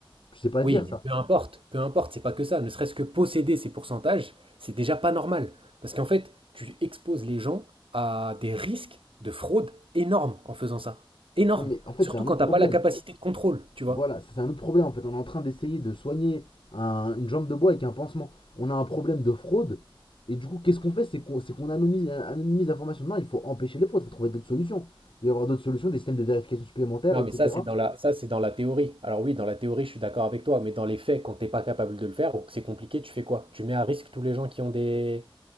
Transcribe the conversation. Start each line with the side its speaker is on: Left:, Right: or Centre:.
Left: Tu sais pas
Right: Oui,
Left: le dire
Right: mais
Left: ça.
Right: peu importe, peu importe, c'est pas que ça. Ne serait-ce que posséder ces pourcentages, c'est déjà pas normal. Parce qu'en fait, tu exposes les gens à des risques de fraude énormes en faisant ça. Énormes.
Left: Non, mais en fait,
Right: Surtout
Left: c'est un
Right: quand
Left: autre
Right: t'as
Left: problème.
Right: pas la capacité de contrôle, tu vois.
Left: Voilà, c'est un autre problème en fait. On est en train d'essayer de soigner un- une jambe de bois avec un pansement. On a un problème de fraude. Et du coup, qu'est-ce qu'on fait C'est qu'on qu'on anonymise, anonymise l'information. Non, il faut empêcher les fraudes, il faut trouver d'autres solutions. Il va y avoir d'autres solutions, des systèmes de vérification supplémentaires,
Right: Non,
Left: etc.
Right: mais ça, c'est dans la, ça, c'est dans la théorie. Alors oui, dans la théorie, je suis d'accord avec toi, mais dans les faits, quand t'es pas capable de le faire ou que c'est compliqué, tu fais quoi? Tu mets à risque tous les gens qui ont des,